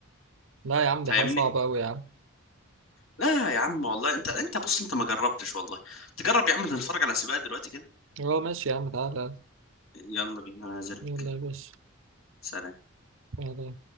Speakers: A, on the right (about 70°); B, on the left (about 80°).
A: لا يا عم دي
B: فاهمني
A: حاجة صعبة أوي يا عم
B: لا يا عم والله انت انت بص انت ما جربتش والله تجرب يا عم نتفرج على سباق دلوقتي كده
A: اه ماشي يا عم تعالى
B: يلا بينا انا نازل
A: يلا
B: لك.
A: يا باشا
B: سلام
A: تعالى